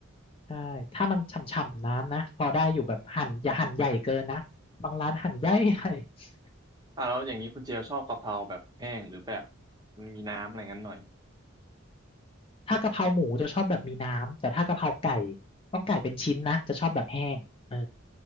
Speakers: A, on the left; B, on the right.
A: ใช่ถ้ามันฉ่ำๆน้ำนะพอได้อยู่แบบหั่นอย่าหั่นใหญ่เกินนะ บางร้านหั่นใหญ่ <laughs> ๆ
B: อ่าแล้วอย่างนี้คุณเจลชอบกะเพราแบบแห้งหรือแบบมันมีน้ำอะไรงั้นหน่อย
A: ถ้ากะเพราหมูจะชอบแบบมีน้ำ แต่ถ้ากะเพราไก่ต้องไก่เป็นชิ้นนะ จะชอบแบบแห้งเออ